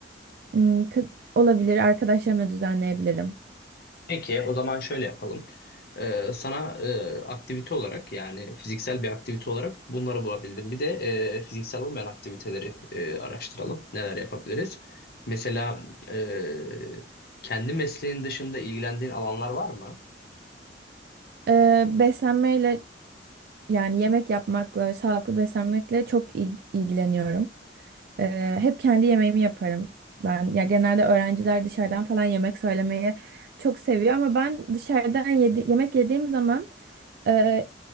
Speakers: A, on the right; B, on the left.
A: Hmm, kı- olabilir. Arkadaşlarımla düzenleyebilirim.
B: Peki, o zaman şöyle yapalım. Ee, sana e, aktivite olarak yani fiziksel bir aktivite olarak bunları bulabildim. Bir de e, fiziksel olmayan aktiviteleri e, araştıralım. Neler yapabiliriz? Mesela e, kendi mesleğin dışında ilgilendiğin alanlar var mı?
A: E, beslenmeyle yani yemek yapmakla, sağlıklı beslenmekle çok il- ilgileniyorum. Ee, hep kendi yemeğimi yaparım. Ben ya genelde öğrenciler dışarıdan falan yemek söylemeyi çok seviyor ama ben dışarıdan yedi, yemek yediğim zaman ee,